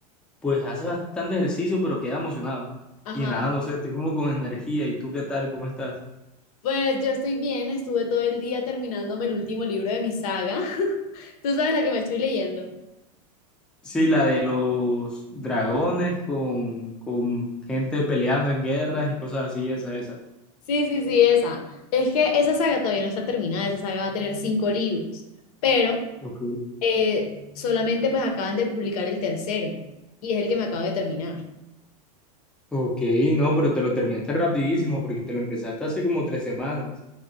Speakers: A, in the centre; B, on the left.
A: pues hace bastante ejercicio, pero queda emocionado.
B: Ajá,
A: Y nada, no sé, estoy como con energía. ¿Y tú qué tal? ¿Cómo estás?
B: pues yo estoy bien, estuve todo el día terminándome el último libro de mi saga. <laughs> Tú sabes la que me estoy leyendo.
A: Sí, la de los dragones con, con gente peleando en guerras y cosas así, esa, esa.
B: Sí, sí, sí, esa. Es que esa saga todavía no está terminada, esa saga va a tener cinco libros, pero
A: Ok.
B: eh, solamente pues acaban de publicar el tercero y es el que me acabo de terminar.
A: Ok, no, pero te lo terminaste rapidísimo porque te lo empezaste hace como tres semanas.